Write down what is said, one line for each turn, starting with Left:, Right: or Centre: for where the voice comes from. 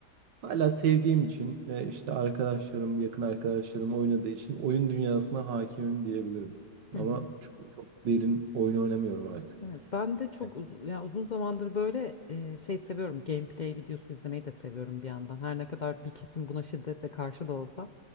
Right: hala sevdiğim için e, işte arkadaşlarım, yakın arkadaşlarım oynadığı için oyun dünyasına hakimim diyebilirim. Ama
Left: Hı hı.
Right: çok, çok derin oyun oynamıyorum artık.
Left: Evet, ben de çok
Right: Ya.
Left: uzun, yani uzun zamandır böyle e, şey seviyorum. Gameplay videosu izlemeyi de seviyorum bir yandan. Her ne kadar bir kesim buna şiddetle karşı da olsa.